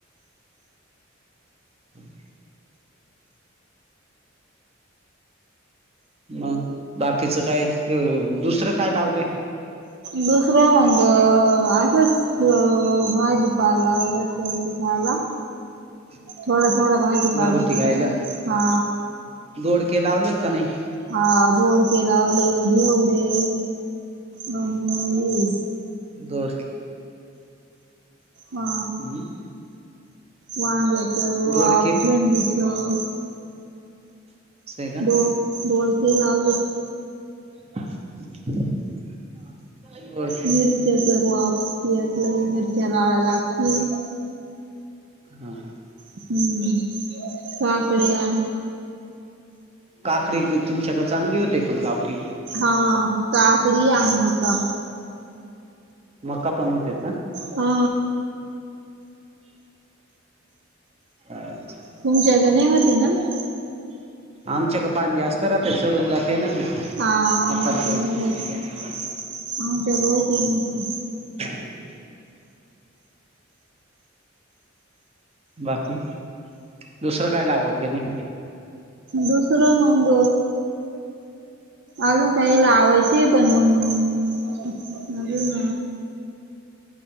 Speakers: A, on the right (about 30°); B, on the right (about 60°).
A: <inaudible> मग बाकीच काय दुसरं काय लावलंय?
B: दुसरं मंग असंच भाजी पाला घरच्या घरी खायाला.
A: <unintelligible>
B: थोडा थोडा भाजीपाला
A: घरगुती
B: केला.
A: खायला
B: हा
A: दोडके लावलेत का नाही?
B: हा दोडके लावले घेवडे आणि हे
A: दोडके
B: हा
A: हम्म
B: वांग्याच वाफ,
A: दोडके
B: झेंडूचं,
A: असं आहे का
B: दोड दोडके लावलेत
A: <inaudible> दोडके
B: मिरच्याचं रॉप पेरलं मिरच्या लावाव्या लागतील.
A: हा हा
B: हम्म काकड्या.
A: काकडी घेऊ तुमच्याकड चांगली होती पण गावठी
B: हा काकडी आणि मका
A: मका पण होते का?
B: हा
A: अच्छा
B: तुमच्याग नाही होती ना मी
A: आमच्याक पाणी जास्त राहते सडून जाते ना ती.
B: हा
A: मकांच
B: मका
A: हे
B: नाही होतं
A: नाही होत.
B: आमच्या गावात हाय मका
A: <inaudible> बाकी दुसरं काय लागवड केली?
B: दुसरं मंग अजून काही लावायचे पण मग अजून